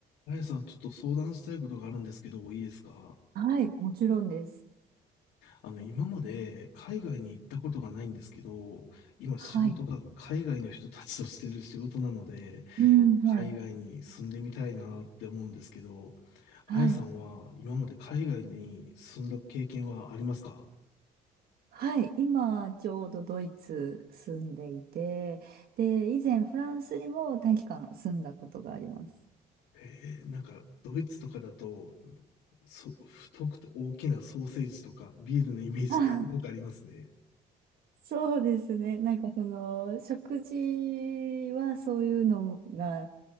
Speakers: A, on the left (about 85°); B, on the right (about 65°).
A: あやさん、ちょっと相談したいことがあるんですけど、いいですか
B: はい、もちろんです。
A: あの、今まで海外に行ったことがないんですけど、今仕事が海外の人たちとしてる仕事なので、
B: はい。うん、はい。
A: 海外に住んでみたいなって思うんですけど、
B: はい。
A: あやさんは今まで海外に住んだ経験はありますか
B: はい。今、ちょうどドイツ住んでいて、で、以前フランスにも短期間住んだことがあります。
A: えー、なんかドイツとかだと、そ、太くて大きなソーセージとかビールのイメージがすごくありますね。
B: あ、そうですね。なんかその、食事はそういうのが、